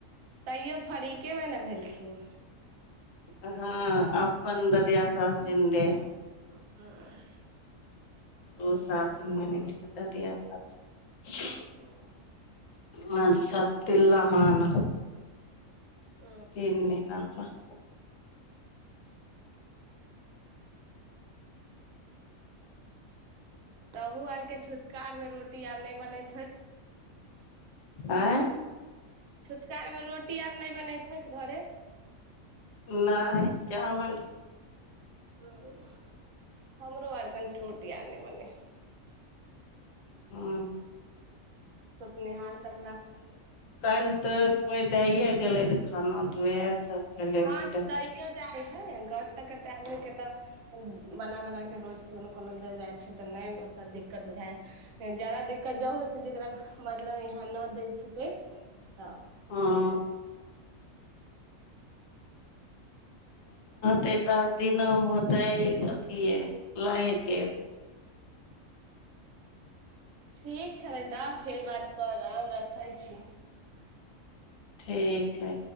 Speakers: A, on the right; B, on the left.
A: तैयो फरीकेमे ने भेलखिन
B: <inaudible> हँ आपन दादिया सास जिन्दे हइ
A: <inaudible>
B: ओ सास मरि गेलै ददिया सासु
A: <inaudible>
B: <unintelligible>
A: ओ
B: तीन दिना पर
A: त अहुँ आरके छुतका मे रोटी आर नहि बनैत होइत
B: आँय
A: छुतकारामे रोटी आर नहि बनैत होत घरे
B: नाय चावल
A: हूँ हमरो आर कनि रोटी आर नहि बने हइ
B: हूँ
A: सुपने हाल तकला
B: कालिह तऽ कोइ दैे गेलै खाना ओहा सब खेलै
A: हाँ
B: पीलै
A: दैयौ जाइ हइ केत कतेक के त बना बना क रोज कोनो कोनो दे जाइ छै त नहि ओ दिक्कत बुझा जाादा दिक्कत ज होइ जकरा मतलब यहाँ नहि दै छै कोइ तऽ
B: हँ ते दस दिनमे होतै अथ लएके
A: ठीक छलै तऽ फेर बात करब रखै छी
B: ठीक है